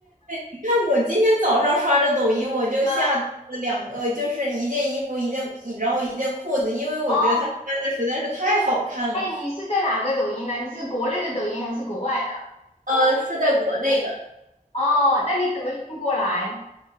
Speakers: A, on the right; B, on the left.
A: 你看我今天早上刷着抖音，我就下单了两呃，
B: 嗯，
A: 就是一件衣服，一件，然后一件裤子，因为我觉得她穿的实在是太好看了。
B: 哦，哎，你是在哪个抖音呢？你是国内的抖音还是国外的？
A: 呃，是在国内的。
B: 哦，那你怎么运过来？